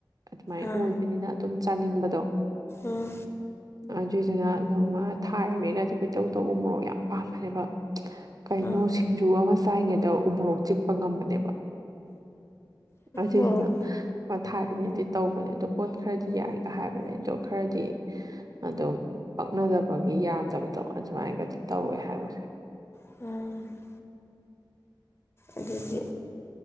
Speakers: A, on the right (about 50°); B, on the left (about 30°).
A: ꯑꯗꯨꯃꯥꯏꯅ
B: ꯑꯥ
A: ꯑꯣꯏꯕꯅꯤꯅ ꯑꯗꯨꯝ ꯆꯥꯅꯤꯡꯕꯗꯣ
B: ꯎꯝ
A: ꯑꯗꯨꯏꯗꯨꯅ ꯑꯗꯨꯝ ꯊꯥꯔꯤꯕꯒꯗꯤ ꯀꯣꯏ ꯇꯧ ꯇꯧ ꯎ ꯃꯣꯔꯣꯛ ꯌꯥꯝ ꯄꯥꯝꯕꯅꯦꯕ ꯀꯩꯅꯣ
B: ꯎꯝ
A: ꯁꯤꯡꯖꯨ ꯑꯃꯥ ꯆꯥꯏꯉꯩꯗ ꯎꯃꯣꯔꯣꯛ ꯆꯤꯛꯄ ꯉꯝꯕꯅꯦꯕ ꯑꯁꯤꯁꯤꯅ
B: ꯃꯣꯔꯣꯛ
A: ꯑꯣ ꯊꯥꯢꯅꯗꯤ ꯇꯧꯕꯅꯦ ꯑꯗꯣ ꯄꯣꯠ ꯈꯔꯗꯤ ꯌꯥꯏꯒ ꯍꯥꯏꯕꯅꯦ ꯑꯗꯣ ꯈꯔꯗꯤ ꯑꯗꯨꯝ ꯄꯛꯅꯗꯕꯒꯤ ꯌꯥꯗꯕꯗꯣ ꯑꯗꯨꯃꯥꯏꯅꯒ ꯇꯧꯋꯦ ꯍꯥꯏꯕꯅꯦ
B: <unintelligible> ꯑꯗꯨꯗꯤ